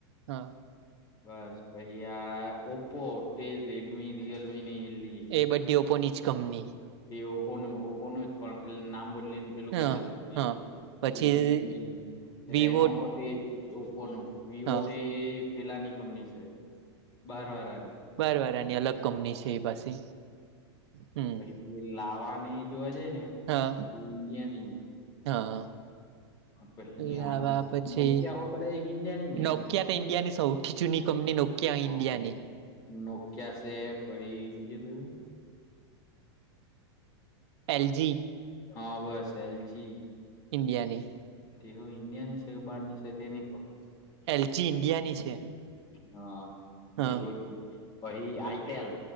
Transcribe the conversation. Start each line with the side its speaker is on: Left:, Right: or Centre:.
Right: હા
Left: બસ ભૈય ઓપો તેજ રેડમી રિયલમી ની હેલી.
Right: એ બધી ઓપોની જ કંપની.
Left: એ ઓપોનું ઓપોનું જ પણ ખાલી નામ બદલીને. પેલું
Right: હા
Left: કલાક
Right: હા પછી
Left: રીડમી
Right: વિવો
Left: રેનો. એ ઓપ્પો ન વિવો
Right: હા
Left: તો પેલાની કંપની છે બાર વારની.
Right: બર વાર આની અલગ કંપની છે એ પાસે હમ.
Left: પી લાવાની જોવા જાય ને.
Right: હા
Left: તો તે ઇન્ડિયાની
Right: હા.
Left: પછી
Right: લાવા
Left: આ નો
Right: પછી
Left: નોકિયા હો કદાચ એક ઇન્ડિયાની જ ને
Right: નોકિયા તો ઈન્ડિયાની સૌથી જૂની
Left: હા
Right: કંપની નોક. ક્યાં
Left: હા
Right: ઇન્ડિયાની.
Left: બસ નોકિયા છે પછ બીજું કયું.
Right: L G.
Left: હા બસ એલજી.
Right: ઇન્ડિયાની
Left: તેહું ઇન્ડિયા ની છે કે બહાર ની છે તે નની ખબર.
Right: એલજી ઇન્ડિયાની છે.
Left: હા
Right: હા
Left: તે બ પહી આઈતલ